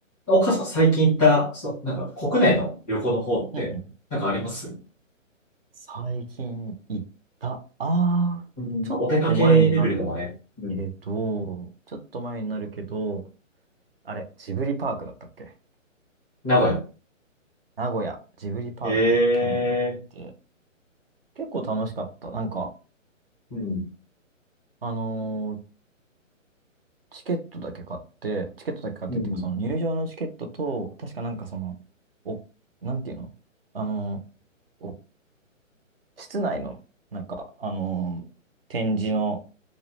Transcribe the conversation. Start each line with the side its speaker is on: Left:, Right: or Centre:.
Centre: 岡さん最近行った、そう、なんか国内の旅行の方って、
Right: うんうん
Centre: なんかあります
Right: 最近行った。あーちょっと前になる
Centre: うん、まあお出かけレベルでもね。うん。
Right: けど、ちょっと前になるけど、あれ、ジブリパークだったっけ
Centre: 名古屋。
Right: 名古屋、ジブリパーク、
Centre: ええ
Right: 去年行って、結構楽しかった。なんか、
Centre: ーうん、
Right: あのーチケットだけ買って、チケットだけ買ってっていうか、
Centre: うん、
Right: その入場のチケットと、確かなんかその、お、なんていうのあのーお室内の、なんか、あのー展示の、